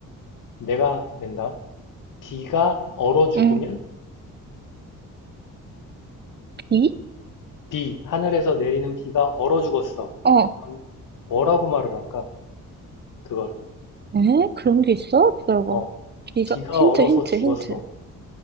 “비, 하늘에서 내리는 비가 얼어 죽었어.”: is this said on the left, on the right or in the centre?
Left